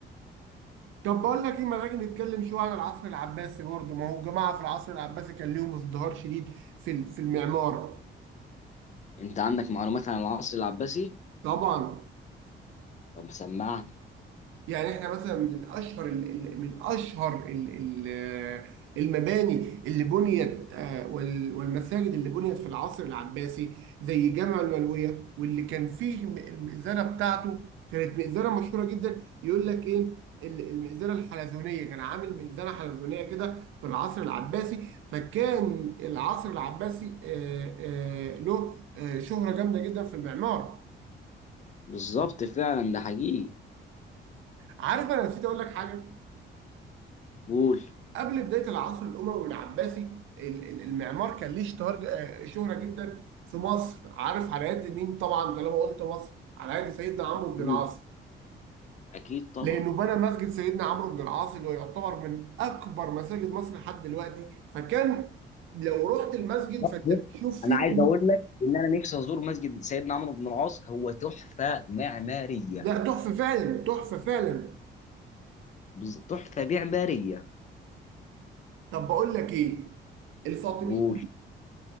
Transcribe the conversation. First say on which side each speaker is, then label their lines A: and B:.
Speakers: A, on the right (about 80°); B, on the left (about 35°).
A: طب بقول لك ايه ما نيجي نتكلم شويه عن العصر العباسي برضه ما هو الجماعه في العصر العباسي كان ليهم ازدهار شديد في ال- في المعمار
B: انت عندك معلومات عن العصر العباسي
A: طبعا
B: طب سمعني
A: يعني احنا مثلا من اشهر ال- ال- من اشهر ال- ال- المباني اللي بنيت آه، وال- والمساجد اللي بنيت في العصر العباسي زي جامع الملويه واللي كان فيه الم- المئذنه بتاعته كانت مئذنه مشهوره جدا يقول لك ايه ال- المئذنه الحلزونيه كان عامل مئذنه حلزونيه كده في العصر العباسي فكان العصر العباسي آه، آه، له آه، شهره جامده جدا في المعمار
B: بالظبط فعلا ده حقيقي
A: عارف انا نسيت اقول لك حاجه
B: قول
A: قبل بدايه العصر الاموي العباسي ال- ال- المعمار كان ليه اشتهار ج- آه، شهره جدا في مصر عارف على يد مين طبعا طالما قلت مصر على يد سيدنا عمرو بن
B: مم.
A: العاص
B: اكيد طبعا
A: لانه بنى مسجد سيدنا عمرو بن العاص اللي هو يعتبر من اكبر مساجد مصر لحد دلوقتي فكان لو رحت المسجد
B: بص
A: فانت بتشوف
B: انا
A: فيه
B: عايز
A: كم-
B: اقول لك ان انا نفسي ازور مسجد سيدنا عمرو بن العاص هو تحفه معماريه
A: لا تحفه فعلا تحفه فعلا
B: بز- تحفه معماريه
A: طب بقول لك ايه الفاطميين
B: قول